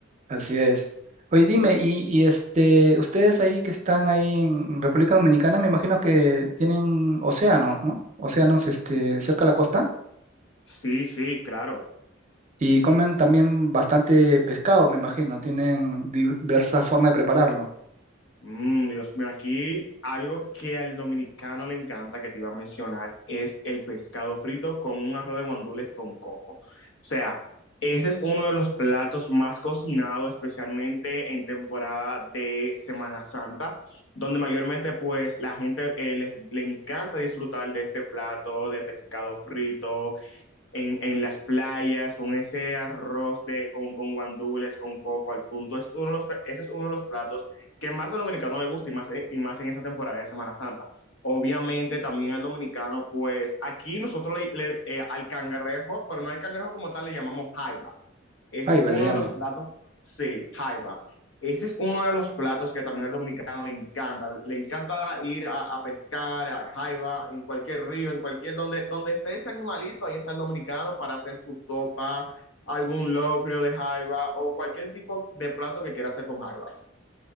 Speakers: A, on the right; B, on the left.
A: Así es. Oye, dime, y, y este, ustedes ahí que están ahí en República Dominicana, me imagino que tienen océanos, ¿no? Océanos, este, cerca de la costa
B: Sí, sí, claro.
A: y comen también bastante pescado, me imagino. Tienen diversas formas de prepararlo.
B: Mm, Dios mío, aquí algo que al dominicano le encanta, que te iba a mencionar, es el pescado frito con un arroz de guandules con coco. O sea, ese es uno de los platos más cocinados, especialmente en temporada de Semana Santa, donde mayormente pues la gente eh, les, le encanta disfrutar de este plato de pescado frito en, en, las playas, con ese arroz de, con, con guandules, con coco al punto. Es uno de los, ese es uno de los platos que más al dominicano le gusta y más, eh, y más en esa temporada de Semana Santa. Obviamente también al dominicano, pues aquí nosotros le, le eh, al cangrejo, pero no al cangrejo como tal, le llamamos jaiba. Ese
A: Jaiba
B: es uno
A: le llaman.
B: de los platos, sí, jaiba. Ese es uno de los platos que también al dominicano le encanta. Le encanta ir a, a pescar, a jaiba, en cualquier río, en cualquier, donde, donde esté ese animalito, ahí está el dominicano para hacer su sopa, algún locrio de jaiba o cualquier tipo de plato que quiera hacer con jaibas.